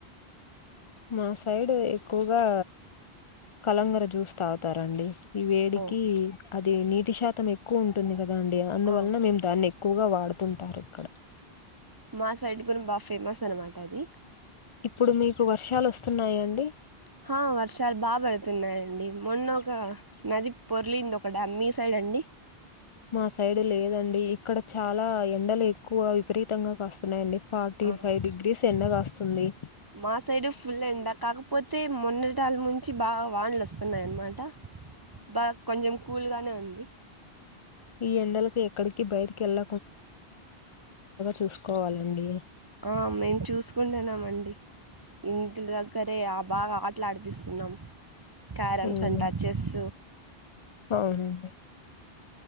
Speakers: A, on the left (about 40°); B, on the right (about 30°).
A: మా సైడ్ ఎక్కువగా కలంగర జూస్ తాగుతారండి ఈ వేడికి
B: ఓ
A: అది నీటి శాతం ఎక్కువ ఉంటుంది కదా కదండి అందువలన
B: ఆ
A: మేము దాన్ని ఎక్కువగా వాడుతుంటారు అక్కడా
B: మా సైడ్ కూడ బాగ ఫేమస్ అనమాట అది
A: ఇప్పుడు మీకు వర్షాలు వస్తున్నాయా అండి
B: హ వర్షాలు బాగా పడుతున్నాయండి మొన్న ఒ ఒక నది పొర్లింది ఒక డ్యామ్ మీ సైడ్ అండి
A: మా సైడ్ లేదండి ఇక్కడ చాలా ఎండలు ఎక్కువ విపరీతంగా కాస్తున్నాయండి ఫార్టీ
B: ఆ
A: ఫైవ్ డిగ్రీస్ ఎండ కాస్ తుంది
B: మా సైడు ఫుల్ ఎండ కాకపోతే మొన్న టాల్ నుంచి బాగా వానలు వస్తున్నాయిన్నమాట బాగ కొంచెం కూల్గానే ఉంది.
A: ఈ ఎండలకి ఎక్కడికి బయటికెళ్ళ చూసుకోవాలండి
B: ఆ మేము చూసుకుంటున్నాం అండి ఇంటి దగ్గరే బాగా ఆటలు ఆడిపిస్తున్నాం క్యారమ్స్
A: ఉమ్
B: అంటా చెస్
A: అవునండి